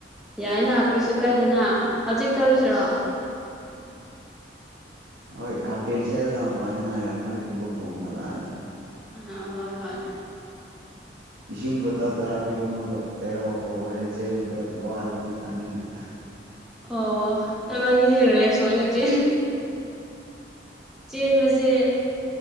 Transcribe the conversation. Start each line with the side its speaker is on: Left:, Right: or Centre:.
Centre: ꯌꯥꯏꯅ ꯀ꯭ꯔꯤꯁꯨ ꯀꯥꯏꯗꯦꯅ ꯍꯧꯖꯤꯛ ꯆꯠꯂꯨꯁꯤꯔꯣ
Right: ꯍꯣꯏ ꯍꯥꯞꯄꯦꯟ ꯁꯦꯠꯂꯒ ꯃꯄꯥꯟꯗ ꯉꯥꯏꯔꯝꯃꯣ ꯑꯩ ꯈꯣꯡꯉꯨꯞ ꯇꯣꯡꯉ ꯂꯥꯛꯑꯒꯦ
Centre: ꯑ ꯍꯣꯏ ꯍꯣꯏ
Right: ꯏꯁꯤꯡ ꯕꯣꯇꯜ ꯇꯔꯥ ꯄꯤꯕ ꯑꯃꯒ ꯂꯩꯔꯛꯑꯣꯀꯣ ꯍꯣꯔꯦꯟ ꯆꯦꯟꯕꯗ ꯋꯥꯔꯗꯤ ꯊꯛꯅꯤꯡꯉꯥꯏ
Centre: ꯑꯣ ꯏꯕꯥꯅꯤꯖꯦ ꯔꯦꯁ ꯑꯣꯏꯅ <unintelligible> ꯆꯦꯟꯕꯖꯦ